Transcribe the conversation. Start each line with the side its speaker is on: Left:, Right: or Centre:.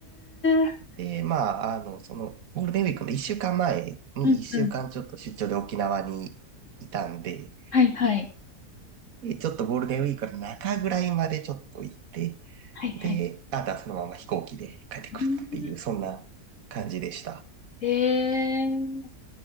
Left: ええ
Right: で、まあ、あの、その、ゴールデンウィークの1週間前に1週間ちょっと出張で沖縄にいたんで、
Left: うんうん。はいはい。
Right: でちょっとゴールデンウィークの中ぐらいまでちょっと行って、
Left: はいはい。
Right: で、あとはそのまま飛行機で帰ってくるっていう、
Left: うん
Right: そんな感じでした。
Left: ええ